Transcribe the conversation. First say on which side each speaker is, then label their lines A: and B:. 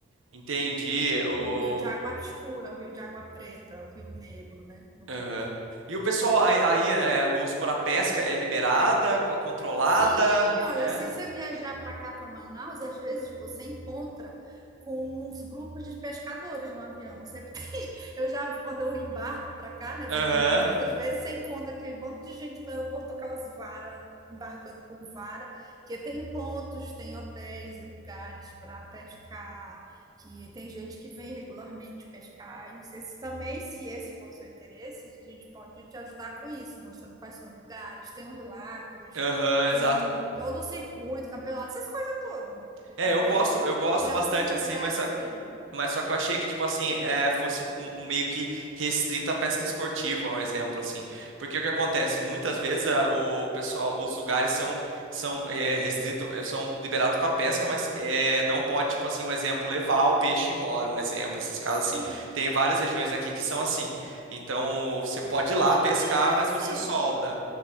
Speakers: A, on the right; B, on the right.
A: Entendi. O...
B: O rio de água escura, o rio de água preta, o rio negro, né? No caso.
A: aham. E o pessoal aí, aí, é, vamos supor, a pesca é liberada, co- controlada,
B: Sim, olha,
A: é?
B: se você viajar para cá, para Manaus, às vezes você encontra com os grupos de pescadores no avião. Sempre tem. <laughs> Eu já, quando eu embarco para cá, né,
A: Aham,
B: voltando para casa, às vezes você encontra aquele bando de gente no aeroporto com aquelas varas, embarcando com vara, que tem pontos, tem hotéis e lugares para pescar, que tem gente que vem regularmente pescar. E Esse, também, se esse for o seu interesse, a gente pode te ajudar com isso, mostrando quais são os lugares, tem os lagos.
A: aham,
B: Tem
A: exato.
B: um- todo o circuito, campeonato, essas coisas todas de,
A: É,
B: de pesca.
A: eu gosto, eu gosto
B: E em
A: bastante
B: alguns lugares
A: assim, mas só,
B: tem.
A: mas só que eu achei que tipo assim, é, fosse um, um meio que restrita à pesca esportiva, um exemplo assim. Porque o que acontece muitas vezes a- o pessoal, os lugares são são é, restrito, é, são liberados para pesca, mas é, não pode tipo assim, um exemplo levar o peixe embora, um exemplo, esses casos
B: Sim,
A: assim. Tem várias regiões aqui que são assim. Então, você
B: é.
A: pode
B: Aqui
A: ir lá pescar,
B: também é parecido.
A: mas você solta.